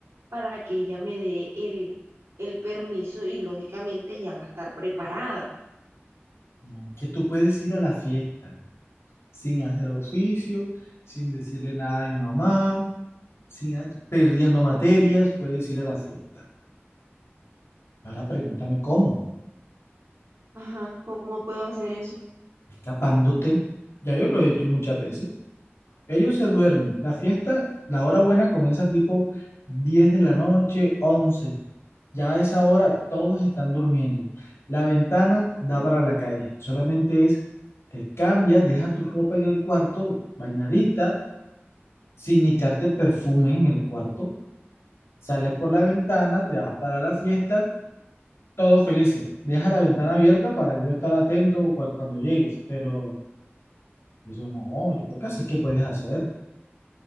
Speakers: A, on the right; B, on the left.
A: para que ella me dé el, el permiso y lógicamente ya va a estar preparada.
B: No, que tú puedes ir a la fiesta sin hacer oficio, sin decirle nada de mi mamá, sin a- perdiendo materias, puedes ir a la fiesta. Ahora pregúntame cómo,
A: Ajá, ¿cómo puedo hacer eso?
B: escapándote. Ya yo lo he hecho muchas veces. Ellos se duermen. La fiesta, la hora buena comienza tipo 10 de la noche, 11. Ya a esa hora todos están durmiendo. La ventana da para la calle. Solamente es, te cambias, deja tu ropa en el cuarto, bañadita, sin echarte perfume en el cuarto. Sales por la ventana, te vas para la fiesta, todos felices. Deja la ventana abierta para yo estar atento cual- cuando llegues. Pero eso no, yo creo que así es que puedes hacer.